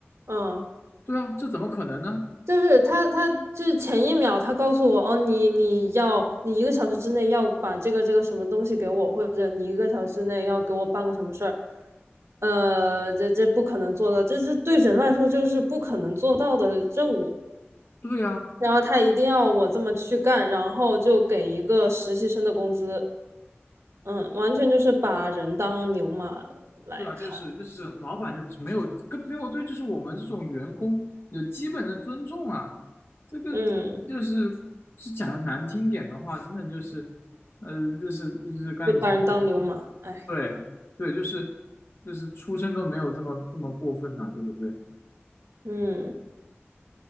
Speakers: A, on the right; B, on the left.
A: 嗯。
B: 对啊，这怎么可能呢？
A: 就是他，他就是前一秒他告诉我，哦，你你要你一个小时之内要把这个这个什么东西给我，或者你一个小时之内要给我办个什么事儿，呃，这这不可能做到，这这对人来说就是不可能做到的任务。
B: 对啊，
A: 然后他一定要我这么去干，然后就给一个实习生的工资，嗯，完全就是把人当牛马来看，
B: 对啊，就是就是老板就是没有跟没有对，就是我们这种员工有基本的尊重啊。这个就是是讲的难听点的话，
A: 嗯，
B: 真的就是，呃，就是就是刚才以前就是
A: 就把人当牛马，哎，
B: 对对，就是就是出身都没有这么这么过分呐、对不对？
A: 嗯，